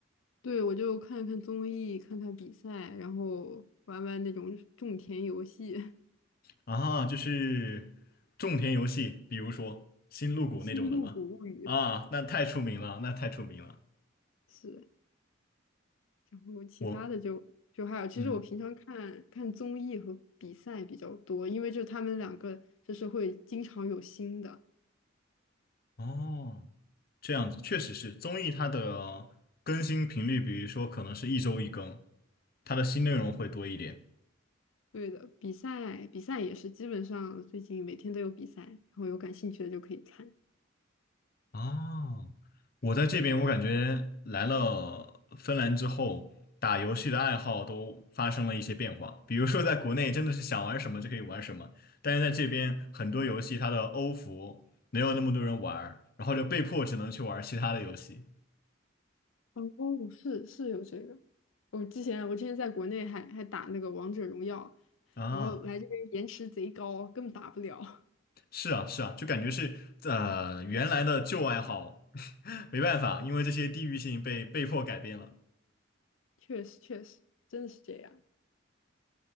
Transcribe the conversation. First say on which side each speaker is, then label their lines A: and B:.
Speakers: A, on the left; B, on the left.
A: 对，我就看看综艺，看看比赛，然后玩玩那种种田游戏，<laughs>
B: 啊，就是种田游戏，比如说《星露谷》那种的嘛。
A: 《星露谷物语》
B: 啊，那太出名了，那太出名了。
A: 是，然后其他的就就还有，
B: 我
A: 其实我平常看看综艺和比赛比较多，
B: 嗯
A: 因为就他们两个就是会经常有新的。
B: 哦，这样子确实是综艺它的更新频率，比如说可能是一周一更，它的新内容会多一点。
A: 对的，比赛比赛也是，基本上最近每天都有比赛，然后有感兴趣的就可以看。
B: 哦，我在这边，我感觉来了芬兰之后，打游戏的爱好都发生了一些变化。比如说，在国内真的是想玩什么就可以玩什么，但是在这边很多游戏它的欧服没有那么多人玩儿然后就被迫只能去玩其他的游戏。
A: 哦，是是有这个，我之前我之前在国内还还打那个王者荣耀。
B: 啊，
A: 然后来这边延迟贼高，根本打不了。
B: 是啊，是啊，就感觉是呃原来的旧爱好，<laughs> 没办法，因为这些地域性被被迫改变了。
A: <laughs> 确实，确实，真的是这样。